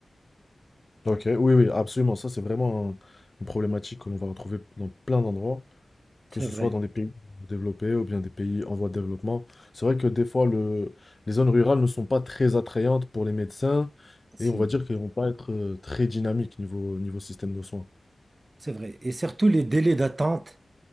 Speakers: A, on the left; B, on the right.
A: Ok, oui, oui, absolument. Ça, c'est vraiment un- une problématique que l'on va retrouver dans plein d'endroits.
B: C'est
A: que ce
B: vrai,
A: soit dans des pays développés ou bien des pays en voie de développement. C'est vrai que des fois, le, les zones rurales ne sont pas très attrayantes pour les médecins
B: si,
A: et on va dire qu'elles vont pas être euh, très dynamiques niveau, niveau système de soins.
B: c'est vrai. Et surtout les délais d'attente.